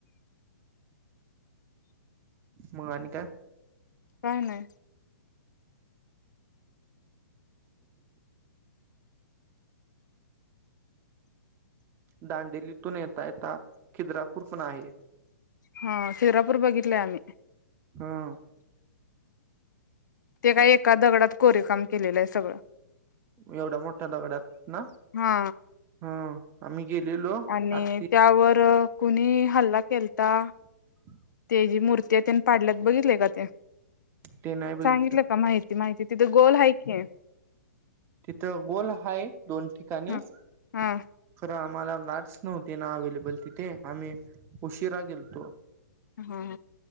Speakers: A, on the right; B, on the left.
A: मग आणि काय
B: काय नाही
A: दांडेलीतून येेता येता खिद्रापूर पण आहे
B: हां शिरापूर बघितलय आम्ही
A: हां
B: ते काय एका दगडात कोरीव काम केलेलं हाय सगळं
A: एवढ्या मोठ्या दगडात ना
B: हा
A: हां आम्ही गेलेलो
B: आणि
A: आरती
B: त्यावर.. कुणी हल्ला केलता?
A: <inaudible>
B: ते जी मूर्ती आहे त्यांन पाडल्यात बघितलय का ते
A: ते नाही बघितलं
B: सांगितल का माहिती माहिती तिथ गोल हाय कि
A: तिथ गोल हाय दोन ठिकाणी
B: हा
A: <unintelligible>
B: हा
A: खरं आम्हाला गार्ड्स नव्हते ना अवेलेबल तिथे आम्ही उशिरा गेलतो.
B: हा हा